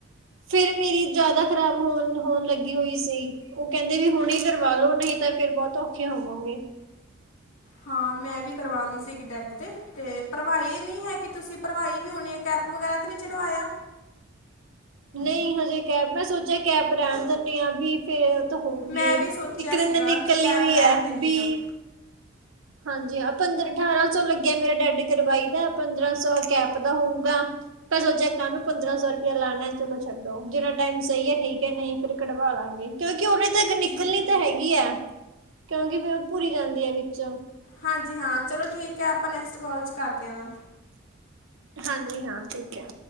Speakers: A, on the right (about 75°); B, on the left (about 75°).
A: ਫਿਰ ਮੇਰੀ ਜ਼ਿਆਦਾ ਖ਼ਰਾਬ ਹੋਣ ਹੋਣ ਲੱਗੀ ਹੋਈ ਸੀ ਉਹ ਕਹਿੰਦੇ ਵੀ ਹੁਣੇ ਕਰਵਾ ਲੋੋ ਨਹੀਂ ਤਾਂ ਫੇਿਰ ਬਹੁਤ ਔਖੇ ਹੋਵਾਂਗੇ।
B: ਹਾਂ ਮੈਂ ਵੀ ਕਰਵਾ ਲਈ ਸੀਗੀ ਡੈਡ ਤੇ ਤੇ ਪਰਵਾਈ ਨਹੀਂ ਹੈਗੀ। ਕਿ ਤੁਸੀਂ ਭਰਵਾਈ ਵੀ ਹੋਣੀ ਹੈ ਕੈਪ ਵਗੈਰਾ ਤੇ ਨਹੀਂ ਚੜਵਾਇਆ?
A: ਨਹੀਂ ਹਜੇ ਕੈਬ ਮੈਂ ਸੋਚਿਆ ਕੈਬ ਰਹਿਣ ਦਦੇ ਆਂ ਵੀ ਫਿਰ-' ਹੋਊਏ
B: ਮੈਂ ਵੀ ਸੋਚਿਆ
A: ਇੱਕ ਦਿਨ
B: ਸੀਗਾ
A: ਤਾਂ ਨਿਕਲਣੀ
B: ਕਿ ਕੈਪ
A: ਹੋਈ
B: ਰਹਿਣ
A: ਹੈ
B: ਦਿੰਦੀ
A: ਵੀ।
B: ਹਾਂ
A: ਹਾਂਜੀ ਹਾਂ ਪੰਦਰ ਅਠਾਰਾਂ ਸੌ ਲੱਗਿਆ ਮੇਰਾ ਡੈਡੀ ਕਰਵਾਈ ਦਾ ਪੰਦਰਾਂ ਸੌ ਕੈਪ ਦਾ ਹੋਊਗਾ ਮ ਸੋਚਿਆ ਕਾਹ ਨੂੰ ਪੰਦਰਾਂ ਸੌ ਰੁਪਇਆ ਲਾਣਾ। ਚਲੋ ਛੱਡੋ ਜਿੰਨਾ ਟਾਈਮ ਸਹੀ ਹੈ ਠੀਕ ਹੈ ਨਹੀਂ ਫਿਰ ਕਢਵਾ ਲਾਂਗੇ ਕਿਉਂਕਿ ਉਹਨੇ ਤੱਕ ਨਿਕਲਣੀ
B: ਠੀਕ ਹੈ
A: ਤਾਂ ਹੈਗੀ ਹੈ। ਕਿਉਂਕਿ ਫਿਰ ਉਹ ਭੁਰੀ ਜਾਂਦੀ ਹੈ ਵਿੱਚ
B: ਹਾਂਜੀ ਹਾਂ ਚਲੋ ਠੀਕ ਹੈ ਆਪਾਂ ਨੈਕਸਟ ਕਾਲ ਚ। ਕਰਦਿਆਂ ਵਾਂ।
A: ਹਾਂਜੀ ਹਾਂ ਠੀਕ ਹੈ।